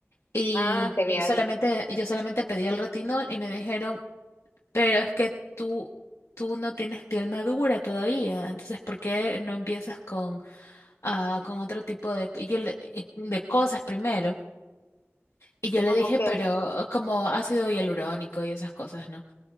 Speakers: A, on the left; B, on the left.
A: Y
B: Ah, genial.
A: yo solamente, yo solamente pedí el retinol y me dijeron, Pero es que tú, tú no tienes piel madura todavía, entonces ¿por qué no empiezas con, ah, con otro tipo de, y yo le- y- de cosas primero? Y yo le
B: Como
A: dije,
B: que,
A: pero como ácido hialurónico y esas cosas, ¿no?